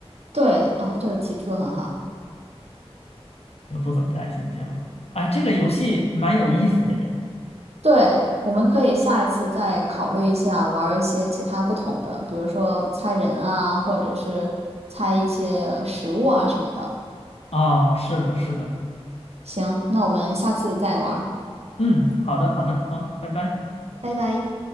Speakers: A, on the right (about 75°); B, on the left (about 70°).
A: 对，哦，这个提出的很好。
B: 也不怎么带现金了。哎，这个游戏蛮有意思的耶。
A: 对，我们可以下一次再考虑一下，玩儿一些其他不同的，比如说猜人啊，或者是猜一些食物啊什么的。
B: 啊，是的，是的。
A: 行，那我们下次再玩儿，
B: 嗯，好的，好的，好，拜拜。
A: 拜拜。